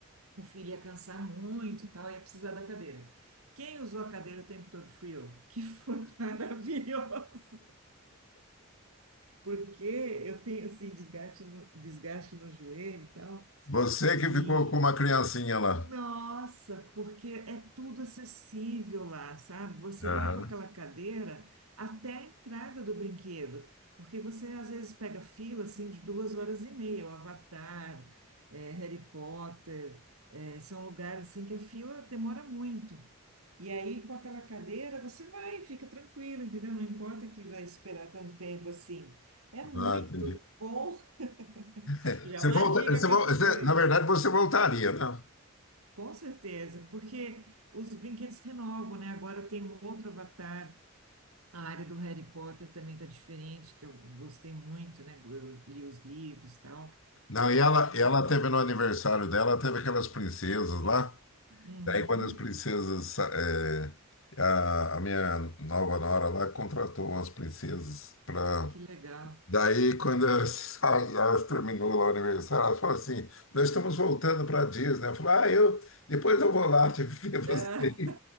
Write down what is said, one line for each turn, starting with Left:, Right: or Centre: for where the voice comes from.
Right: o filho ia cansar muito, e tal, ia precisar da cadeira. Quem usou a cadeira o tempo todo fui eu, que foi <laughs> maravilhoso, porque eu tenho assim desgaste no, desgaste no joelho e tal.
Left: Você
Right: E
Left: que ficou com uma criancinha lá.
Right: nossa, porque é tudo acessível lá, sabe? Você
Left: Aham.
Right: vai com aquela cadeira até a entrada do brinquedo, porque você às vezes pega fila assim de duas horas e meia, o Avatar, eh, Harry Potter, eh, são lugares assim que a fila demora muito. E aí, com aquela cadeira, você vai, fica tranquilo, entendeu? Não importa que vai esperar tanto tempo assim. É muito
Left: Ah, entendi.
Right: bom.
Left: <laughs>
Right: <laughs> Já
Left: Você
Right: é uma
Left: volta,
Right: dica
Left: você,
Right: que
Left: vol-
Right: eu te
Left: você-
Right: dou aí.
Left: na verdade, você voltaria, né?
Right: Com certeza, porque os brinquedos renovam, né? Agora tem um outro avatar. A área do Harry Potter também tá diferente, que eu gostei muito, né? Eu li os livros e tal.
Left: Não, e ela, e
Right: É,
Left: ela teve no aniversário dela, teve aquelas princesas lá.
Right: uhum,
Left: Daí, quando as princesas. sa- é, a, a minha nova nora lá contratou umas princesas para
Right: que legal.
Left: Daí, quando elas, <laughs> elas terminou lá o aniversário, elas falaram assim: Nós estamos voltando para a Disney. Eu falei: Ah, eu, depois eu vou lá te ver você.
Right: É.